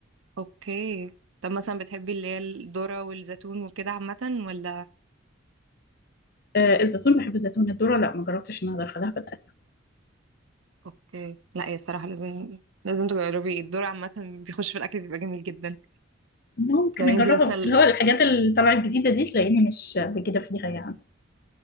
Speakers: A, on the right; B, on the left.
A: اوكي طب مثلا بتحبي اللي هي الذرة والزيتون وكده عامة ولا
B: آه، الزيتون بحب الزيتون الذره لا ما جربتش ان انا ادخلها في الاكل
A: اوكي لا هي الصراحة لازم لازم تجربي الذرة عامة بيخش في الأكل بيبقى جميل جدا
B: ممكن
A: طب انتي
B: اجربها
A: مثلا
B: بس اللي هو الحاجات اللي طالعه الجديده دي تلاقيني مش بجد فيها يعني